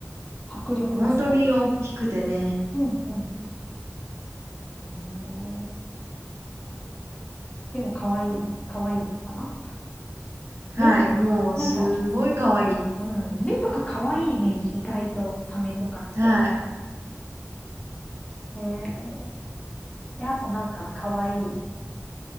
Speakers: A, on the left; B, on the right.
A: 迫力がすごい。
B: 本当に大きくてね。
A: うんうんえー、でも可愛い、可愛いのかな目とか、
B: はい。もう、
A: なんか、
B: すごい可愛い。
A: うん、目とか可愛いイメージ、意外とサメとかって。
B: はい。
A: えー、で、あとなんか可愛い